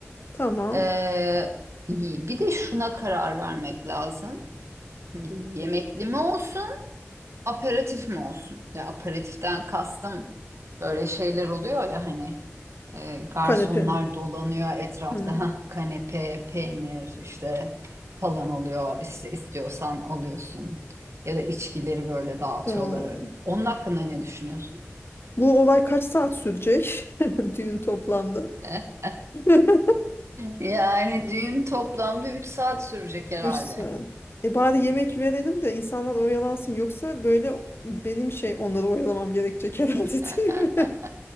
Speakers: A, on the left; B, on the right.
A: Tamam.
B: Ee, bir de şuna karar vermek lazım. Şimdi yemekli mi olsun, aperatif mi olsun? Ya aperatiften kastım böyle şeyler oluyor ya hani e, garsonlar
A: Kanepe.
B: dolanıyor etrafta
A: Hı.
B: Hah, kanepe, peynir işte falan oluyor. İşte istiyorsan alıyorsun. Ya da içkileri böyle dağıtıyorlar.
A: Hı.
B: Onun hakkında ne düşünüyorsun?
A: Bu olay kaç saat sürecek? <laughs> Düğün toplamda.
B: <laughs>
A: <laughs>
B: Yani düğün toplamda 3 saat sürecek herhalde.
A: Üç saat. E bari yemek verelim de insanlar oyalansın. Yoksa böyle benim şey onları oyalamam gerekecek herhalde <laughs>
B: <laughs>
A: değil mi?